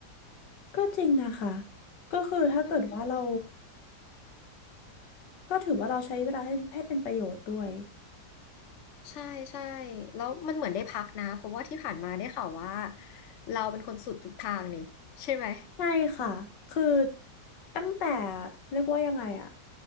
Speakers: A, on the left; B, on the left.
A: ก็จริงนะคะก็คือถ้าเกิดว่าเรา
B: อืม
A: ก็ถือว่าเราใช้เวลาให้ให้เป็นประโยชน์ด้วย
B: ใช่ใช่แล้วมันเหมือนได้พักนะเพราะว่าที่ผ่านมาได้ข่าวว่าเราเป็นคนสุดทุกทางนี่ใช่ไหม
A: ใช่ค่ะ คือตั้งแต่เรียกว่ายังไงอะ